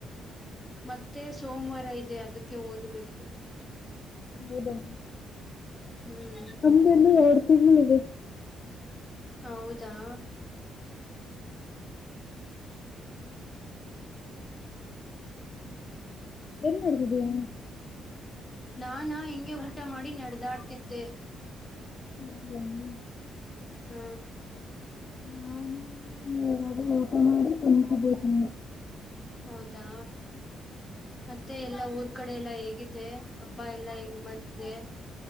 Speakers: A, on the left (about 20°); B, on the left (about 40°).
A: ಮತ್ತೆ ಮತ್ತೆ ಸೋಮವಾರ ಇದೆ ಅದಕ್ಕೆ ಓದಬೇಕು
B: ಹೌದಾ
A: ಹ್ಮ್
B: ನಮಗೆಲ್ಲ ಯಾವ ತಿನ್ನಿದೆ
A: ಹೌದಾ ಹ್ಮ್
B: ಏನ್ ಮಾಡ್ದಿದೀಯಾ
A: ನಾನ ಹಿಂಗೆ ಊಟ ಮಾಡಿ ನಡೆದಾಡ್ತಿದ್ದೆ
B: ಹ್ಮ
A: ಹ್ಮ್
B: ನಾನರ ಊಟ ಮಾಡ ತಂದಬೇಕೆ
A: ಹೌದಾ ಮತ್ತೆ ಎಲ್ಲಾ ಊರ್ ಈ ಕಡೆ ಎಲ್ಲಾ ಹೇಗಿದೆ ಹಬ್ಬಾ ಎಲ್ಲಾ ಹೇಗ್ ಮಾಡ್ತಿದೆ